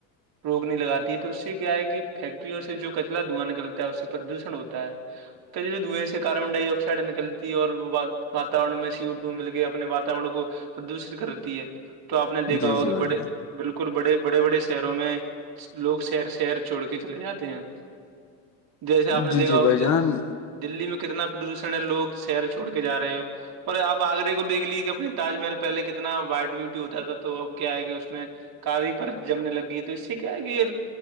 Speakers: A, on the right (about 50°); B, on the left (about 35°).
A: روک نہیں لگاتی ہے تو اس سے کیا ہے کہ فیکٹریوں سے جو کچلا دھواں نکلتا ہے اس سے پردوشن ہوتا ہے ے دوئیں سے کاربن ڈائی آکسائڈ نکلتی ہے اور وہ واورن میں سیٹ مل گ اپنے وااتورن کو پردوشت کرتی ہے تو آپ نے دیکھا
B: جی
A: ہوگا
B: جی
A: کہ
B: بھائی
A: بڑے
B: جان
A: بالکل بڑے بڑے بڑے شہروں میں لوگ شر شہر چھوڑ کے چلے جاتے ہیں جیسے آپ نے
B: جی
A: دیکھا
B: جی بھائی
A: ہوگی
B: جان
A: دللی میں کتنا پردوشن ہے لوگ شہر چھڑ کے جا رہے ہیں اور آپ آگرے کو دیکھ لیے کہ اپنے تاج محل پہلے کتنا وائٹ ب بیوٹی ہوتا تھا تو اب کیا ہے کہ اس میں کدی پر جمنے لگ گی ہے تو اس سے کیا ہے کہ یہ